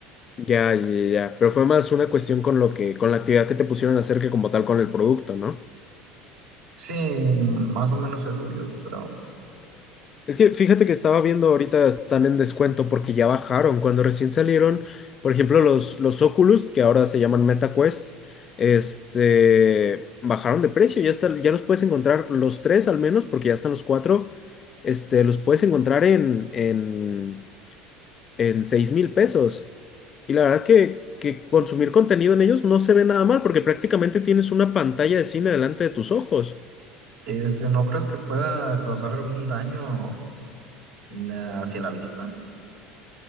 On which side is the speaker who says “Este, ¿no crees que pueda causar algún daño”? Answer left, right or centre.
Right